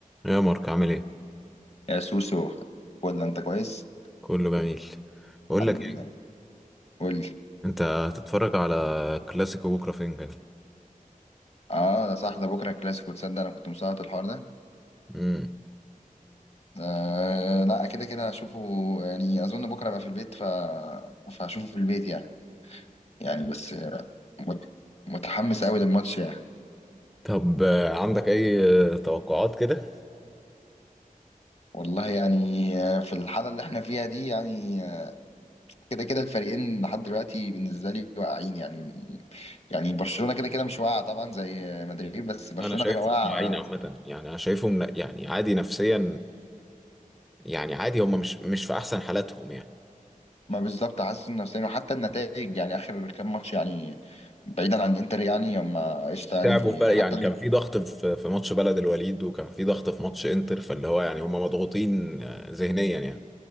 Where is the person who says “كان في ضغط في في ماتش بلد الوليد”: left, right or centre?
Centre